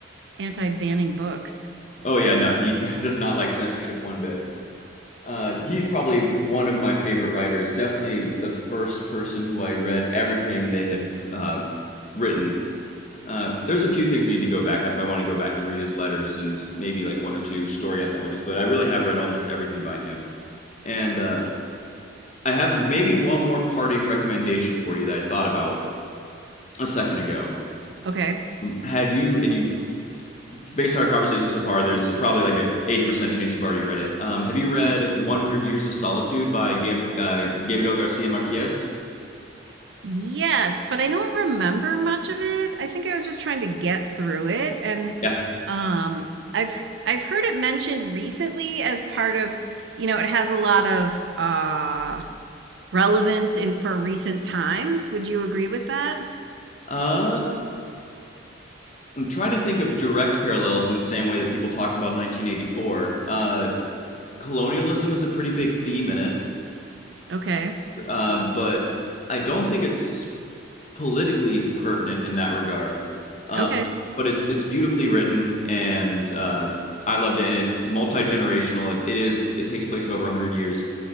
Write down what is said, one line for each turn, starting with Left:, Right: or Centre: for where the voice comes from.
Right: anti banning books.
Left: Oh yeah, no, he <laughs> does not like censorship one bit. Uh, he's probably one of my favorite writers. Definitely the first person who I read everything they had uh, written. Uh, there's a few things I need to go back if I want to go back and read his letters and maybe like one or two story anthologies, but I really have read almost everything by him. And uh, I have maybe one more parting recommendation for you that I thought about a second ago.
Right: Okay.
Left: Um, have you, and you, based on our conversation so far, there's probably like a 80% chance you've already read it. Um, have you read 100 Years of Solitude by Gab- uh, Gabriel Garcia Marquez?
Right: Yes, but I don't remember much of it. I think I was just trying to get through it and
Left: Yeah.
Right: um I've I've heard it mentioned recently as part of, you know, it has a lot of uh relevance in for recent times. Would you agree with that?
Left: Uh, I'm trying to think of direct parallels in the same way that people talk about 1984. Uh, colonialism is a pretty big theme in it,
Right: Okay.
Left: uh, but I don't think it's politically pertinent in that regard. Uh,
Right: Okay.
Left: but it's it's beautifully written, and uh, I loved it. And it's multi generational. It, it is it takes place over one hundred years,